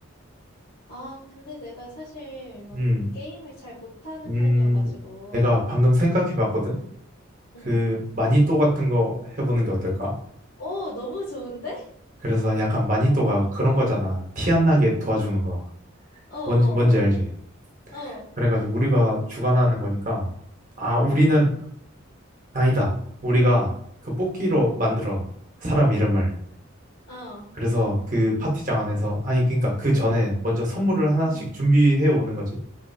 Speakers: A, on the left; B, on the right.
A: 아, 근데 내가 사실 막
B: 음.
A: 게임을 잘 못하는
B: 음.
A: 편이어가지고,
B: 내가 방금 생각해봤거든.
A: 응,
B: 그
A: 응.
B: 마니또 같은 거 해보는 게 어떨까?
A: 오, 너무 좋은데?
B: 그래서 약간 마니또가 그런
A: 어.
B: 거잖아. 티 안 나게 도와주는 거.
A: 어어어,
B: 뭔지, 뭔지 알지?
A: 어, 어,
B: 그래가지고 우리가 주관하는 거니까, 아, 우리는, 아니다. 우리가 그 뽑기로 만들어. 사람 이름을.
A: 어, 어,
B: 그래서 그 파티장 안에서, 아니, 그러니까 그 전에 먼저 선물을 하나씩
A: 응,
B: 준비해 오는 거지.